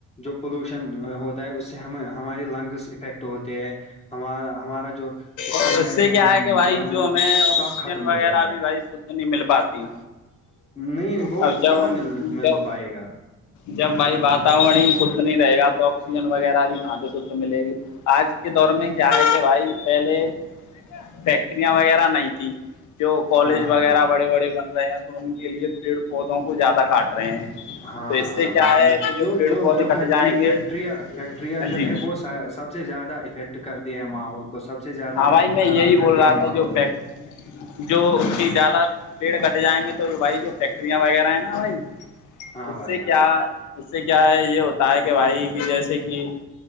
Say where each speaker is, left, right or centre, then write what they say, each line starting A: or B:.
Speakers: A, on the left (about 20°); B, on the left (about 75°).
A: جو پولوشن ہوتا ہے اس سے ہم ہمارے لنگس افیکٹ ہوتے ہیں ہمارا ہمارا جو سسٹم
B: اور اس
A: ہے
B: سے
A: ان
B: کیا ہے کہ بھائی
A: جو اند
B: ہمیں آکسیجن
A: سب ختم ہو
B: وغیرہ
A: جاتا
B: بھی
A: ہے
B: بھائی شدھ نہیں مل پاتی
A: نہیں وہ
B: اب جب
A: کہاں مل مل
B: جب
A: پائے گا
B: جب بھائی واتاورن ہی شھ نہیں رہے گا تو آکسیجن وغیرہ بھی کان تو شھ ملے گی آج کے دور میں کیا ہے تھے بھائی پہلے فیکٹریاں وغیرہ نہیں تھی جو کالج
A: ہاں ہاں
B: وغیرہ
A: ہاں
B: بڑے بڑے بن رہے ہیں تو ان کے لیے پیڑ پودوں کو زیادہ کاٹ رہے ہیں
A: ہاں
B: تو اس سے
A: ہاں
B: کیا
A: ہاں ہاں
B: ہے کہ جو پیڑ پودے
A: جو
B: کٹ
A: فیکٹری
B: جائیں گے
A: فیکٹریاں فیکٹریاں
B: ہاں
A: جو
B: جی
A: ہے وہ سب سے زیادہ افیکٹ کر د ہے ماحول کو سب سے زیادہ
B: ہاں بھائی میں یہی
A: خراب
B: بول
A: کر د
B: رہا
A: ہے
B: تھا
A: ماحول
B: جو فیک جو کہ زیادہ پیڑ کٹ جائیں گے تو بھائی جو فیکٹریاں وغیرہ ہیں نا بھائی
A: ہاں
B: اس
A: بھائی
B: سے کیا
A: ہاں بھائی
B: اس سے کیا ہے یہ ہوتا ہے کہ بھائی کہ جیسے کہ